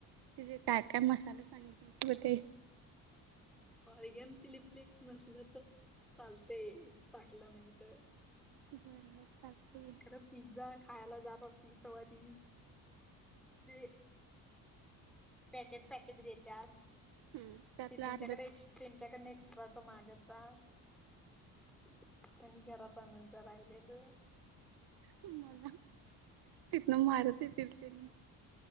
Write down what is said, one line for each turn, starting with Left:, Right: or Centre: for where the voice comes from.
Right: ते जे काय काय मसाले सांगितलेस ब ते.
Centre: ऑरिगन, चिली फ्लेक्स नसलं तर चालतय टाकलं नाही तर.
Right: बरं बरं टाकते.
Centre: खरं पिझ्झा खायला जात असतीस तव्हा तिनी जे पॅकेट पॅकेट देत्यात
Right: हम्म त्यातला
Centre: ते तुमच्याकडे
Right: अर्धात
Centre: एक्स् त्यांच्याकडनं एक्स्ट्रा चा मागत जा त्यांनी घरात आणून त्या राहिलेलं.
Right: मला तिथनं मारत येतील तेनी.